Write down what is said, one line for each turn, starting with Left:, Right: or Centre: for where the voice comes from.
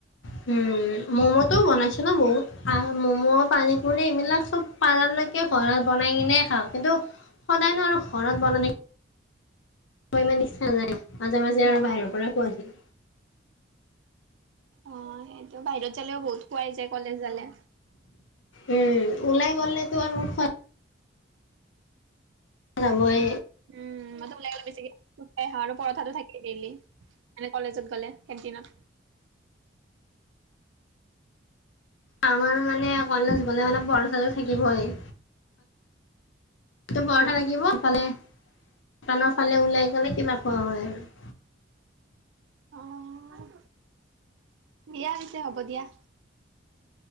Left: হয়। উম ম'ম'টোও বনাইছে ন বহুত আহ ম'ম' পানী পনীপুৰি এইবিলাক চব পাৰালৈকে ঘৰত বনাই কিনে খাওঁ কিন্তু সদায়নো আৰু ঘৰত বন ন মই ইমান ইচ্ছা নাই মাজে, মাজে
Right: অ',
Left: আৰু বাহিৰৰ পৰাই খোৱা যায়।
Right: অ', সেইটো বাহিৰত যালেও বহুত খোৱাই যায় কলে যালে।
Left: উম, ওলাই গ'লেতো আৰু খো যাব ই।
Right: উম ম ওলাইলে বেছিকাই আহা আৰু পৰঠাতো থাকে দেইলি মানে কলেজত গ'লে কেণ্টিনত
Left: আমাৰো মানে কলেজ গ'লে মানে পৰঠাটো টো থাকিবই। এইটো পৰঠা
Right: অ',
Left: থাকিব ফালে টাউৰ ফালে ওলাই গ'লে কিবা কয় হয় আৰু।
Right: অ', দিয়া পিছে হ'ব দিয়া।